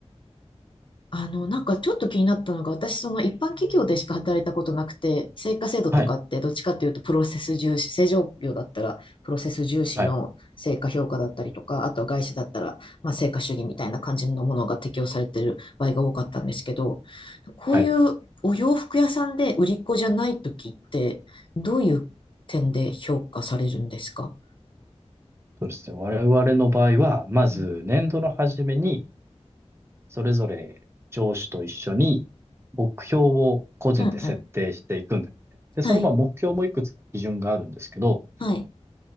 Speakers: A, on the left; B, on the right.
A: あの、なんかちょっと気になったのが、私、その一般企業でしか働いたことなくて、成果制度とかってどっちかというとプロセス重視、
B: はい。
A: 正常業だったらプロセス重視の成果評価だったりとか、
B: はい。
A: あとは外資だったら、まあ、成果主義みたいな感じのものが適用されてる場合が多かったんですけど、こういうお洋服屋さんで売り子じゃない時って、
B: はい。
A: どういう点で評価されるんですか
B: そうですね。我々の場合は、まず年度の初めに、
A: うん
B: それぞれ上司と一緒に目標を個人で設定していくんですね。
A: うんうん。
B: で、
A: はい。
B: そのまあ目標もいくつか基準があるんですけど、
A: はい。